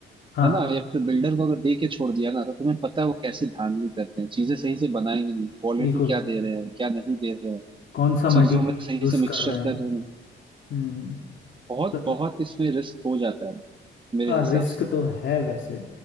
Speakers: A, on the left; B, on the right.
A: हाँ
B: है ना या फिर बिल्डर को अगर दे के छोड़ दिया ना तो तुम्हें पता है वो कैसे धांधली करते हैं चीजें सही से बनाएंगे नहीं क्वालिटी
A: बिल्कुल
B: क्या दे रहे हैं क्या नहीं दे रहे हैं
A: कौन सा मटेरियल
B: चीजों में सही
A: यूज़
B: से मिक्सचर
A: कर रहे
B: कर
A: हैं
B: रहे हैं नहीं।
A: हम्म
B: बहुत
A: सही
B: बहुत
A: बात
B: इसमें रिस्क हो जाता है मेरे
A: हाँ
B: हिसाब
A: रिस्क
B: से
A: तो है वैसे